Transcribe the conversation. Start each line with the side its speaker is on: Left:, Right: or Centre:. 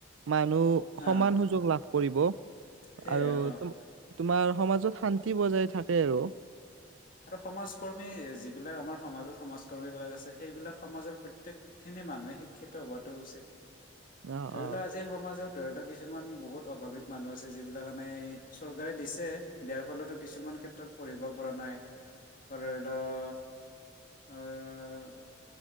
Right: মানুহ সমান
Left: আহ
Right: সুযোগ লাভ কৰিব
Left: সেইয়া
Right: আৰু
Left: অ
Right: তোমা তোমাৰ সমাজত শান্তি কি বজাই থাকে আৰু
Left: আৰু সমাজ কৰ্মী যিবিলাক আমাৰ সমাজত সমাজ কৰ্মী বিলাক আছে সেইবিলাক সমাজৰ প্ৰত্যেক খিনি মানুহে শিক্ষিত হোৱাটো উচিত
Right: অ
Left: ধৰি
Right: অ
Left: লোৱা আজিৰ সমাজত ধৰিল' কিছুমান বহুত প্ৰভাৱিক মানুহ আছে যিবিলাক মানে চৰকাৰে দিছে দিয়াৰ ফলতো কিছুমান ক্ষেত্ৰত পঢ়িব পৰা নাই ধৰি লও আহ